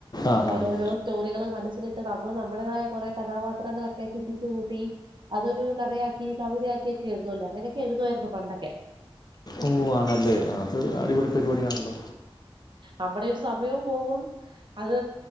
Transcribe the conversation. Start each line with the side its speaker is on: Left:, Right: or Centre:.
Left: ആ ഹാ
Right: ഓരോരോ
Left: ഹാ
Right: സ്റ്റോറികള് മനസ്സിലിട്ട് നമ്മള് നമ്മുടെതായ കോറെ കഥാപാത്രങ്ങളൊക്ക ക്കെ ചിന്തിച്ചു കൂട്ടി അതൊരു കഥയാക്കി കവിതയക്കിയെക്കെ എഴുതല്ലോ അങ്ങനെയൊക്കെ എഴുതായിരുന്നു പണ്ടൊക്കെ.
Left: ഓ ആണല്ലേ അത് അടിപൊളി പരിപാടിയാണല്ലോ.
Right: നമ്മുടെ ഒരു സമയോം പോകും. അത്